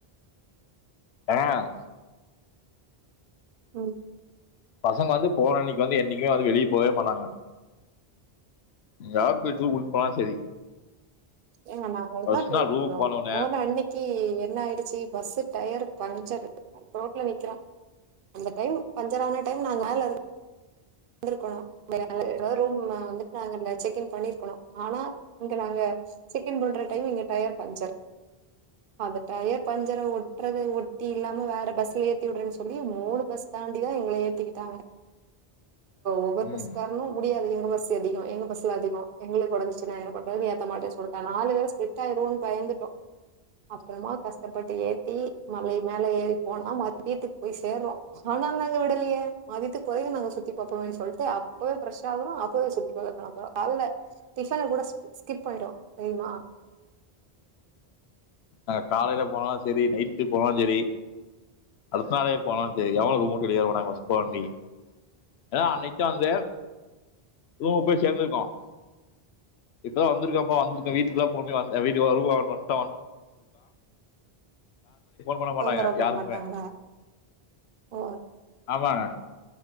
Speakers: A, on the left; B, on the right.
A: ஆஹ்
B: உம்
A: பசங்க வந்து போனன்னைக்கு வந்து என்னைக்குமே வந்து வெளியே போகவே மாட்டாங்க எங்கயாவது போய்ட்டு ஊருக்கு போனா சரி
B: ஏங்க நாங்கதான்
A: ஃபர்ஸ்ட்
B: டூர்
A: நாள் ரூமுக்கு
B: போனோம்
A: போனோனே
B: போன அன்னைக்கு என்ன ஆயிடுச்சு பஸ் டயர் பஞ்சர் ரோட்ல நிற்கிறோம் அந்த டைம் பஞ்சர் ஆன டைம் நான் மேல இரு க்கும் <unintelligible> நாங்க ரூம் வந்துட்டு செக்இன் பண்ணிருக்கனும் ஆனா இங்க நாங்க செக் இன் பண்ற டைம் இங்க டயர் பஞ்சர் அத பழைய பஞ்சர ஒ றது ஒட்டி இல்லாம வேற பஸ்ல ஏத்தி விடுறேன்னு சொல்லி மூணு பஸ் தாண்டிதான் எங்களை ஏத்தி விட்டாங்க ஒவ்வொரு
A: ம்
B: பஸ்காரனும் முடியாது எங்க பஸ்ல அதிகம் எங்க பஸ்ல அதிக ம் எங்களுக்கு உடம்பு சரியில்லை என்ன பண்றது ஏத்த மாட்ட சொல்லிட்ட நாலு பேரு னு பயந்துட்டோம் அப்புறமா கஷ்டப்பட்டு ஏத்தி மல மேல ஏறி போனா மதியத்துக்கு போய் சேர்ரோம் ஆனா நாங்க விடலையே மதியத்துக்கு போய் நாங்க சு த்தி பாப் சொல்லிட்டு அப்பவே ஃப்ரெஷ்ஷா ஆகரோம் அப்பவே சுத்தி பாக்க கிளம்பரும் கால்ல டிஃபன கூட ஸ்கிப் ஆயிடும் தெரியுமா
A: நாங்க காலையில போனாலும் சரி நைட்டு் போனாலும் சரி அடுத்த நாளே போனாலும் சரி எவனும் ரூமுட்டு வெளிய <unintelligible> ஏன்னா அன்னைக்கு தான் வந்து ரூமுக்கு போய் சேர்ந்திருக்கோம் இப்பாம் வந்திருக்கப்ப வந்திருக்கோம் வீட்டுக்குல்லாம் <unintelligible> <unintelligible> போன் பண்ண மாட்டாங்க
B: தொந்தரவு பண்ண
A: யாருக்குமே
B: மாட்டாங்களா ஓ
A: ஆமாங்க